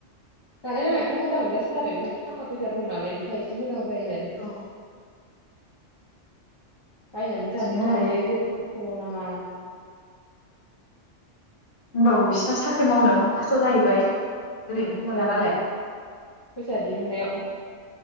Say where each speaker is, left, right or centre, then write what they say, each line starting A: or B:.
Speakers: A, on the left (about 35°); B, on the left (about 50°).
A: जानाय लोंनायफ्रा मोजां मोनजासिनो आरो थाखा फैसा दं नालाय बिस्रा एसे मोजां जायो आरो।
B: औ
A: बायनानै जाजोबनो
B: बिदिनो आरो
A: हायो जेबो खस्थ' मावनाङा।
B: ओमबाबो बिसो साख्रि मावनायावल' खस्थ' जाहैबाय। ओरैनोथ' मोना
A: ओं
B: नालाय
A: फैसा दिहुननायाव